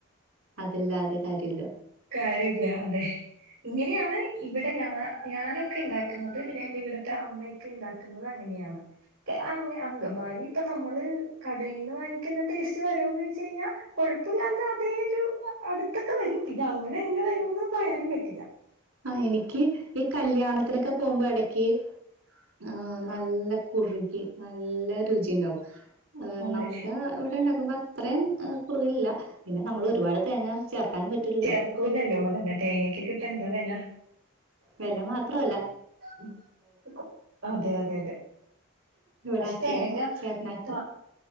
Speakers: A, on the right; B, on the right.
A: അതല്ലാതെ കാര്യല്ലാ
B: കാര്യൊല്ല അതെ ഇങ്ങനെയാണ് ഇവിടെ ഞാ ഞാനൊക്കെ ഇണ്ടാക്കുന്നത് പിന്നെ എൻ്റെ ഇവിടെ ത്തെ അമ്മയൊക്കെ ഇണ്ടാക്കുന്നത് അങ്ങനെയാണ് <unintelligible> അങ്കമാലി ഇപ്പൊ നമ്മള് കടേന്ന് വാങ്ങിക്കുന്ന ടേസ്റ്റ് വരോന്ന് ചോയിച്ച് കഴിഞ്ഞാ കൊഴപ്പുല്ലാത്ത അതേ ഒരു അടുത്തൊക്കെ വരും പിന്നെ അങ്ങനെ തന്നെ വരോന്ന് പറയാനും പറ്റില്ല
A: ആഹ് എനിക്ക് ഈ കല്യാണത്തിനൊക്കെ പോകുമ്പോ എടക്ക് ആഹ് നല്ല കുറുകി നല്ല രുചിയുണ്ടാവും ഏഹ്
B: അതെ
A: നമ്മടെ ഇവിടെ ഇണ്ടാക്കുമ്പോ അത്രയും ഏഹ് കുറുകലില്ല പിന്നെ നമ്മൾ ഒരുപാട് തേങ്ങാ ചേർക്കാനും പറ്റുല്
B: ചേർക്കൂല്ലല്ലോ അതന്നെ തേങ്ങക്കെക്കെ ഇപ്പ എന്താ വെല
A: വെല മാത്രോ അല്ല
B: ഉം <unintelligible> അതെ അതെ അതെ
A: ഇവിടെ
B: പക്ഷെ
A: അച്ഛനും
B: തേങ്ങാ
A: ചേട്ടനാക്കും
B: <unintelligible>